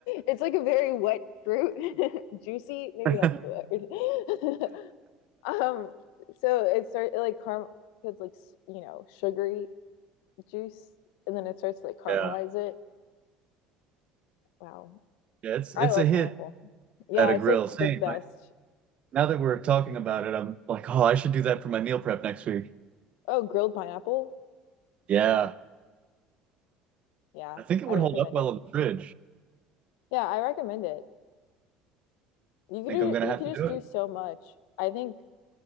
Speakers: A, on the left; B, on the right.
A: It's like a very wet fruit. <laughs> Juicy, maybe
B: <laughs>
A: that's the word. <laughs> Um, so it starts like caram it's like s- you know, sugary juice, and then it starts to like caramelize
B: Yeah.
A: it. Wow.
B: Yeah, it's
A: I
B: it's
A: love
B: a hit
A: pineapple. Yeah,
B: at a
A: it's
B: grill.
A: like
B: Same.
A: the best.
B: Like, now that we're talking about it, I'm like, "Oh, I should do that for my meal prep next week."
A: Oh, grilled pineapple.
B: Yeah.
A: Yeah,
B: I think it
A: I
B: would
A: recommend
B: hold up well
A: it.
B: in the fridge.
A: Yeah, I recommend it. You could
B: I
A: do,
B: think I'm gonna
A: you
B: have
A: could
B: to
A: just
B: do it.
A: do so much. I think